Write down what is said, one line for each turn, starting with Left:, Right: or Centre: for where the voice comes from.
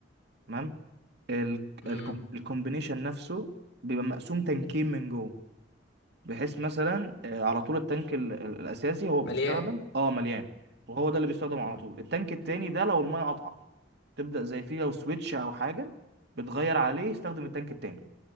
Right: تمام ال-
Left: امم
Right: الكوم- الكومبينيشن نفسه بيبقى مقسوم تنكين من جوه بحيث مثلا آه، على طول التانك ال- ال- الاساسي هو بيستخدم
Left: مليان
Right: اه مليان وهو ده اللي بيستخدم على
Left: امم
Right: طول التانك التاني ده لو الميه قطعه تبدا زي فيه لو سويتش او حاجه بتغير عليه يستخدم التانك التاني